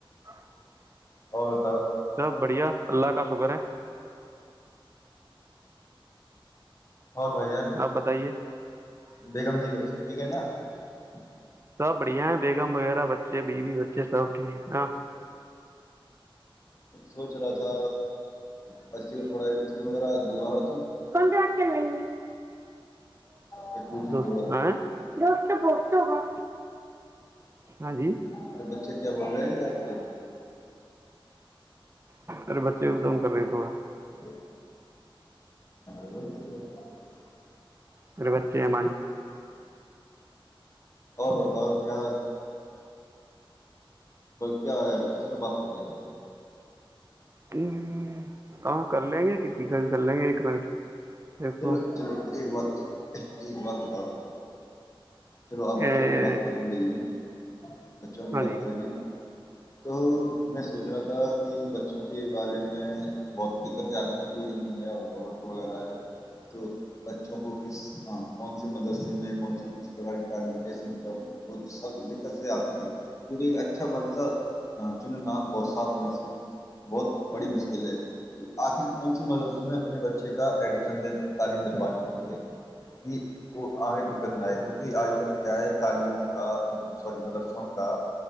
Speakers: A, on the right; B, on the left.
A: <inaudible>
B: اور بتاار <inaudible>
A: سب بڑھیا اللہ کا شکر ہے <unintelligible>
B: اور بھ جان
A: آپ بتائیے
B: بیگم جی کہس ٹھیک ہے نا السلام علیکم محترم بھائی جان
A: سب بڑھیا ہے بیگم وغیرہ بچے بیوی بچے سب ٹھیک ہاں
B: سوچ رہا تھا بچے کو تھوڑا ایڈمیشن وغیرہ دلورہ
A: کون س رات چل رہیں گے
B: کہ پوچھوں
A: دوست
B: تھوڑا
A: دوست تو بہ ہوگا ہاں جی
B: ارے بچے کیا بول رہے ہیں ج آپ کے
A: ارے بچے ادوم کر رہے ہیں تھوڑا
B: ج م ج رہ
A: ا پچ ام
B: اور بتاؤ کیا کیا ہے کس پہ بات کرو گی آپ
A: ہ آ کر لیں گے کسی کا بھی کر لیں گے ایک منٹ دیکھو
B: چلو چلو ایک بات ج باتتاؤ چلو آپ بچوں
A: اے-
B: کی بات کریں گے نا بچوں کی
A: ہاں
B: بات
A: جی
B: کری نہیں نا تو میں سوچ رہا تھا کہ بچوں کے بارے میں بہت دقتیں آتی نا کوئی نیا وورک وغیرہ ہے تو بچوں کو کس کون سےی مدرسے میں کون سی کس پرکار کی تعلیم کیس مطلب وہ سب دقت سے آتی ہیں کیونکہ ایک اچھا مدسہ چننا بہت سالوں میں سے بہت بڑی مشکل ہے کہ آخر کون سی مدرسے میں اپنے بچے کا ایڈمیشن دین تعلیم دلوانے کے لیے کہ وہ آگیں دقت نہ آئے کیونکہ آج کل کیا ہے تعلیموں کا مطلب سوری مدرسوں کا